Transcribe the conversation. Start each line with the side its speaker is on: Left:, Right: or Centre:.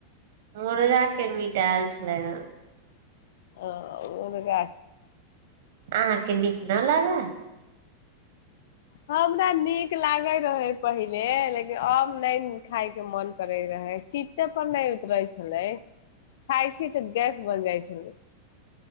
Right: मुर्गा के मिटा आल छलै हे
Left: ह ओरके
Right: अहाँके नीक न लागय
Left: हमरा नीक लागे रहै पहिले लेकिन आब नहि खाायके मन करैत रहै चिते पर नहि उतरे छलै खााय छी गैस बन जाइ छै